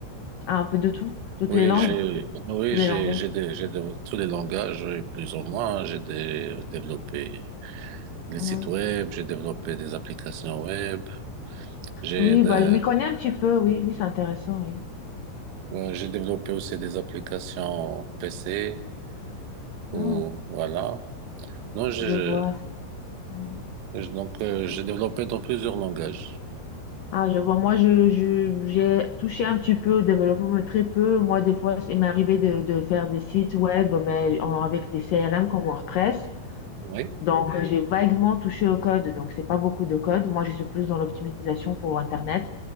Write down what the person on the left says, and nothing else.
Ah, un peu de tout, toutes
les langues,
tous
les langages.
Mhm.
Oui,
bah, je m'y connais un petit peu, oui, oui, c'est intéressant, oui.
Mhm.
Je vois. Mhm.
Ah, je vois. Moi, je, je- j'ai touché un petit peu au développement, mais très peu. Moi, des fois, il m'est arrivé de, de faire des sites web, mais en- avec des CRM comme WordPress.
Donc, euh, j'ai vaguement touché au code, donc c'est pas beaucoup de code. Moi, je suis plus dans l'optimisation pour Internet.